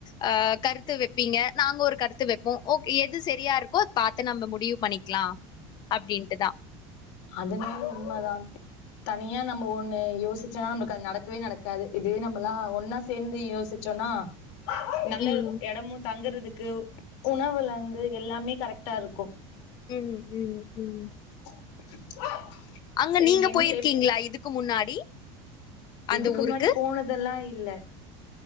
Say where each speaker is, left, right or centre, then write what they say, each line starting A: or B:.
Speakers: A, on the left (about 30°); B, on the left (about 75°).
A: ஆ கருத்து வைப்பீங்க நாங்க ஒரு கருத்து வைப்போ ஒக்கே எது சரியா இருக்கோ அது பாத்து நம்ம முடிவு பண்ணிக்கலா அப்டின்ட்டுதா
B: அதனால உண்மைதா தனியா நம்ம ஒண்ணு யோசிச்சோனா நம்பளுக்கு அது நடக்கவே நடக்காது இதுவே நம்மல்லா ஒன்னா சேந்து யோசிச்சோன்னா நல்ல
A: ம்
B: எடமு தங்குறதுக் க்கு உணவுலந்து எல்லாமே கரெக்டா இருக்கு
A: உம் உம் உம்
B: <inaudible>
A: அங்க
B: செரி
A: நீங்க
B: என்
A: போயிருக்கீங்களா
B: எப்
A: இதுக்கு முன்னாடி அந்த
B: இதுக்கு
A: ஊருக்கு
B: முன்னாடி போனதெல்லா இல் இல்ல